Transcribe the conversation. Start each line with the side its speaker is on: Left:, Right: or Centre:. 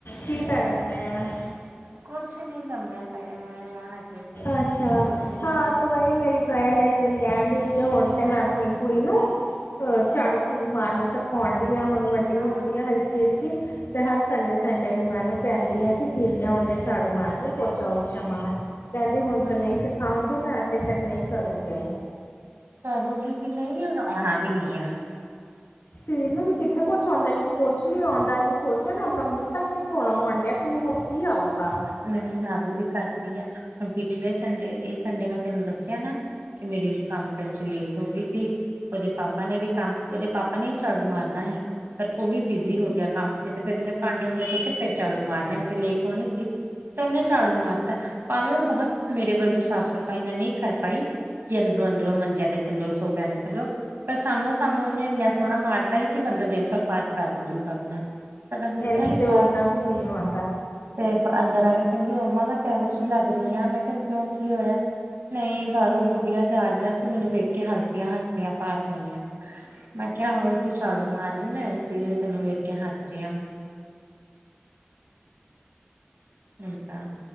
Left: ਕੀ ਕਰਨ ਡੇ ਆ?
Right: ਕੁਛ ਨਹੀਂ ਲੰਮੇ ਪਏ ਹੋਏ ਆ ਹਜੇ ਤੇ
Left: ਅੱਛਾ
Right: ਸੋਚ ਰਹੀ
Left: ਹਾਂ ਤੇ ਵਹੀ ਮੇਰੀ ਫਰੈਂਡ ਇੱਕ ਦਿਨ ਕਹਿਣ ਡਈ ਸੀ ਹੁਣ ਤੇ ਮੈਂ ਆਪਣੀ ਕੁੜੀ ਨੂੰ ਅਹ ਝਾੜੂ ਝੂੜੂ ਮਾਰਨਾ ਸਕ <unintelligible> ਆ ਹੁਣ ਵੱਡੀ
Right: ਹਾਂ
Left: ਹੋ ਗਈ ਆ ਹਲਕੀ ਹਲਕੀ। ਤੇ ਹਰ ਸੰਡੇ ਸੰਡੇ ਨੂੰ ਮੈਨੂੰ ਕਹਿੰਦੀ ਆ ਕਿ ਸੀੜੀਆਂ ਉੜੀਆਂ ਝਾੜੂ ਮਾਰ ਕੇ ਪੋਚਾ ਪੂਚਾ ਮਾਰ ਕਹਿੰਦੀ ਹੁਣ
Right: ਹਾਂ
Left: ਤੇ ਨਹੀਂ ਸਿਖਾਉਂਗੇ ਤਾਂ ਤੇ ਫੇਰ ਨਹੀਂ ਕਰੂਗੇ।
Right: ਕਰੂਗੀ ਵੀ ਨਹੀਂ, ਔਰ ਆਉਣਾ ਵੀ ਨਹੀਂ ਆ।
Left: ਇਹਨੂੰ ਵੀ ਕਿੱਥੇ ਕੁਛ ਆਉਂਦਾ ਇਹਨੂੰ ਕੁਛ ਨੀ ਆਉਂਦਾ ਇਹਨੂੰ ਸੋਚਣ ਨਾ ਆਪਣਾ ਮੂੰਹ ਤੱਕ ਨੀ ਧੋਣਾ ਆਉਣ ਡਿਆ ਤੈਨੂੰ ਹੋਰ ਕੀ ਕੀ ਆਊਗਾ।
Right: ਮੈਂ ਯਾਦ ਵੀ ਕਰਦੀ ਆ ਹੁਣ ਪਿਛਲੇ ਸੰਡੇ ਇਹ ਸੰਡੇ ਮੈਂ ਤੈਨੂੰ ਦੱਸਿਆ ਨਾ। ਕਿ ਮੇਰੀ ਕੰਮ ਕਰਨ 'ਚ ਲੇਟ ਹੋ ਗਈ ਸੀ। ਉਹਦੇ ਪਾਪਾ ਨੇ ਵੀ ਕੰਮ ਉਹਦੇ ਪਾਪਾ ਨੇ ਵੀ ਝਾੜੂ ਮਾਰਨਾ ਹੀ। ਪਰ ਓ ਵੀ ਬਿਜੀ ਹੋ ਗਿਆ ਕੰਮ 'ਚ ਤੇ ਫਿਰ ਉਹਨੇ ਪਾਂਡੇ ਪੂੰਡੇ ਧੋ ਕੇ ਫੇਰ ਝਾੜੂ ਮਾਰਨਾ ਸੀ ਤੇ ਲੇਟ ਹੋਣੀ ਸੀ। ਤੇ ਉਹਨੇ ਝਾੜੂ ਮਾਰਤਾ ਭਾਵੇਂ ਓ ਬਹੁਤ ਮੇਰੇ ਵਰਗੂ ਸਾਫ਼ ਸਫ਼ਾਈ ਨਾਲ ਨਈ ਕਰ ਪਾਈ। ਕਿ ਅੰਦਰੋਂ-ਅੰਦਰੋਂ ਮੰਜਿਆਂ ਦੇ ਥੱਲੋਂ ਸੋਫਿਆਂ ਦੇ ਥੱਲੋਂ ਪਰ ਸਾਹਮਨੋ-ਸਾਹਮਨੋ ਉਹਨੇ ਇੰਨਾ ਸੋਹਣਾ ਮਾਰਤਾ ਸੀ ਕਿ ਬੰਦਾ ਦਿਨ ਭਰ ਪਾਰ ਕਰ ਲਊਗਾ ਆਪਣਾ ਸਾਡਾ ਹੋ
Left: ਇਹਨੂੰ
Right: ਗਿਆ ਸੀ
Left: ਤੇ ਓਹਨਾ
Right: ਪਾਰ
Left: ਵੀ ਨਹੀਂ ਆਉਂਦਾ।
Right: ਤੇ ਅੰਦਰ ਆ ਕੇ ਕੈਂਦੀ ਮੰਮਾ ਮੈਂ ਕਿਹੋ ਜਿਹੀ ਲੱਗ ਰਈ ਹਾਂ ਮੈਂ ਕਿਆ ਕਿਉਂ ਕੀ ਹੋਇਆ। ਨਈ ਬਾਹਰੋਂ ਬੁੱਢੀਆਂ ਜਾ ਰਹੀਆਂ ਸੀ ਮੈਨੂੰ ਵੇਖ ਕੇ ਹੱਸਦੀਆਂ-ਹੱਸਦੀਆਂ ਪਾਰ ਹੋਈਆਂ। ਮੈਂ ਕਿਆ ਹੋਰ ਤੂੰ ਝਾੜੂ ਮਾਰ ਰਈ ਹੈ ਨਾ ਇਸੇ ਲਈ ਤੈਨੂੰ ਵੇਖ ਕੇ ਹੱਸ ਰਈਆਂ। ਠੀਕ ਆ।